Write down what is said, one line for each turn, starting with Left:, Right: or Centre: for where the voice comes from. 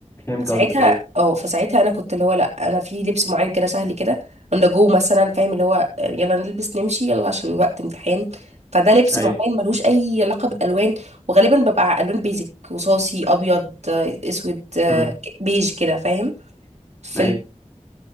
Left: فهمت
Right: فساعتها
Left: قصدك ايوه
Right: اه فساعتها انا كنت اللي هو لا انا في لبس معين كده سهل كده اندر جو مثلا فاهم اللي هو آه، يلا نلبس نمشي يلا عشان الوقت امتحان فده لبس
Left: ايوه
Right: معين ملوش اي علاقه بالالوان وغالبا ببقى الوان بيزك رصاصي ابيض آه، اسود آه،
Left: امم
Right: بيج كده فاهم في
Left: ايوه